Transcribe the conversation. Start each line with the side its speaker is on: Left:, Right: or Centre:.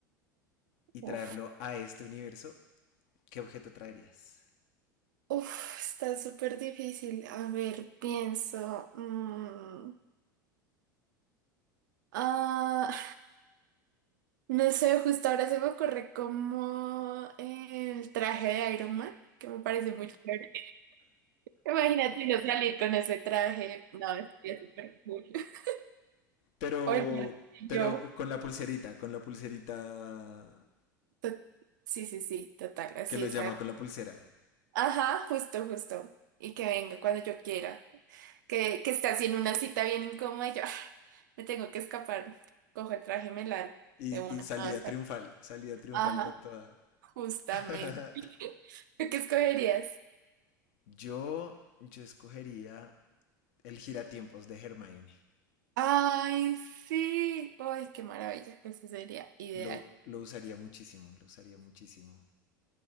Left: y
Right: Uf.
Left: traerlo a este universo, ¿qué objeto traerías?
Right: Uf, está súper difícil. A ver, pienso. mm, ah, no sé, justo ahora se me ocurre como el traje de Iron Man, que me parece muy chévere. Imagínate no salir con ese traje. No, estaría súper cool. <laughs>
Left: Pero,
Right: Oye, yo.
Left: pero con la pulserita, con la pulserita
Right: to- sí, sí, sí, total, así,
Left: que lo llama,
Right: o sea,
Left: con la pulsera.
Right: ajá, justo, justo, y que venga cuando yo quiera, que, que está haciendo una cita bien incómoda y yo, ah, me tengo que escapar, cojo el traje y me largo
Left: Y,
Right: de una,
Left: y salida
Right: no, está-
Left: triunfal, salida triunfal
Right: ajá,
Left: con toda.
Right: justamente,
Left: <laughs>
Right: ¿Tú ¿qué escogerías?
Left: Yo, yo escogería el giratiempos de Hermione.
Right: Ay, sí, ay, qué maravilla, eso sería ideal.
Left: Lo, lo usaría muchísimo, lo usaría muchísimo.